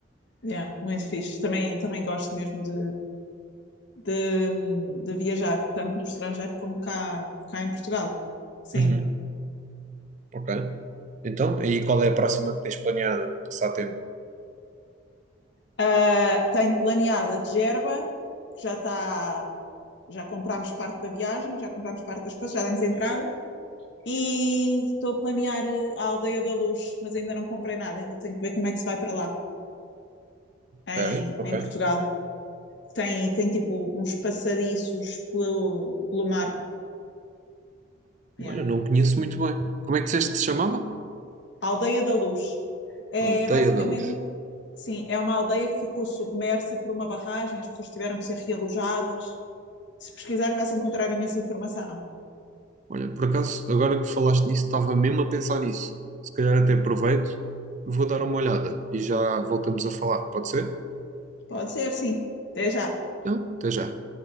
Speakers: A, on the left (about 55°); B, on the right (about 35°).
A: Yeah, muito fixe. Também, também gosto mesmo de, de, de viajar, tanto no estrangeiro como cá, cá em Portugal. Sim.
B: Uhum, Ok. Então, aí qual é a próxima que tens planeada para passar tempo?
A: Ah, tenho planeada a de Gerba, que já está. Já comprámos parte da viagem, já comprámos parte das coisas, já demos a entrada. E estou a planear eh, a Aldeia da Luz, mas ainda não comprei nada, ainda tenho que ver como é que se vai para lá, em,
B: Ok, ok.
A: em Portugal. Tem, tem tipo uns passadiços pelo, pelo mar. Yeah.
B: Olha, não conheço muito bem. Como é que disseste que se chamava?
A: A Aldeia da Luz. É
B: Aldeia
A: basicamente,
B: da Luz.
A: sim, é uma aldeia que ficou submersa por uma barragem, as pessoas tiveram que ser realojadas. Se pesquisares, vais encontrar imensa informação.
B: Olha, por acaso, agora que falaste nisso, estava mesmo a pensar nisso. Se calhar até aproveito, vou dar uma olhada e já voltamos a falar, pode ser?
A: Pode ser, sim. Até já.
B: Então, até já.